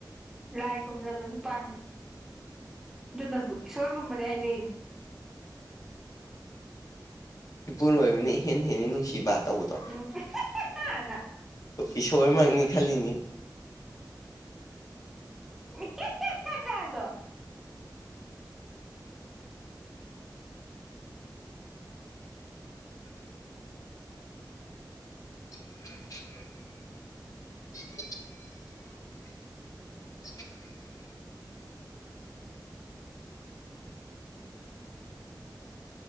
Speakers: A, in the centre; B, on the left.
A: ꯂꯥꯏꯒꯨꯝꯂꯕ ꯅꯨꯄꯥꯅꯤ ꯗꯨ ꯅꯕꯨ ꯏꯁ ꯈꯣꯏꯒꯨꯝꯕꯅꯦ ꯍꯥꯏꯅꯩꯅꯦ
B: ꯏꯄꯨꯅ ꯂꯣꯏꯕꯅꯤ ꯏꯍꯦꯟ ꯍꯦꯟꯅꯂꯤ ꯅꯨꯡꯁꯤꯕ ꯇꯧꯕꯗꯣ
A: ꯎꯝ ꯅ
B: ꯏꯁꯣꯔ ꯃꯛꯅꯤ ꯈꯜꯂꯤꯅꯤ
A: ꯏꯍꯦ ꯍꯦ ꯍꯦ ꯍꯦ ꯍꯦ ꯗꯣ <inaudible>
B: <inaudible> <inaudible> <inaudible>
A: <inaudible>